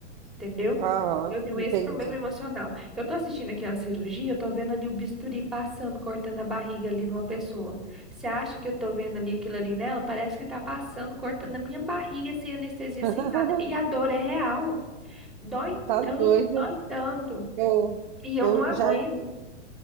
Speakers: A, in the centre; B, on the right.
A: entendeu?
B: Aham,
A: Eu tenho
B: entendi.
A: esse problema emocional. Eu tô assistindo aqui uma cirurgia, eu tô vendo ali o bisturi passando, cortando a barriga ali de uma pessoa. Você acha que eu tô vendo ali aquilo ali nela? Parece que tá passando, cortando a minha barriga sem anestesia,
B: <laughs>
A: sem nada. E a dor é real. Dói
B: Tá
A: tanto,
B: doida.
A: dói tanto.
B: Eu,
A: E eu
B: eu
A: não aguento
B: já,